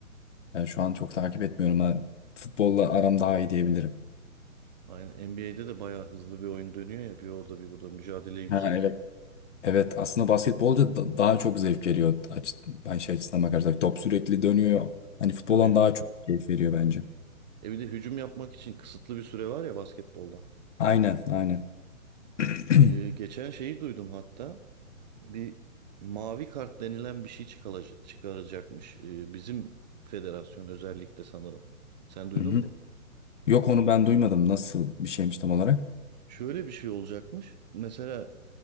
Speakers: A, on the left (about 55°); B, on the right (about 30°).
A: Yani şu an çok takip etmiyorum. Ben futbolla aram daha iyi diyebilirim.
B: Aynen NBA'de de bayağı hızlı bir oyun dönüyor ya bir orada bir burada mücadele yüksek.
A: Ha, evet. Evet aslında basketbolda da- daha çok zevk veriyor. Aç, ben şey açısından bakarsak top sürekli dönüyor. Hani futboldan
B: Tabii
A: daha çok keyif veriyor bence.
B: e bir de hücum yapmak için kısıtlı bir süre var ya basketbolda.
A: Aynen aynen. <clears throat>
B: Ee, geçen şeyi duydum hatta. bir mavi kart denilen bir şey çıkala- çıkaracakmış e, bizim federasyon özellikle sanırım. Sen duydun
A: Hı hı.
B: mu?
A: Yok onu ben duymadım. Nasıl bir şeymiş tam olarak?
B: Şöyle bir şey olacakmış. Mesela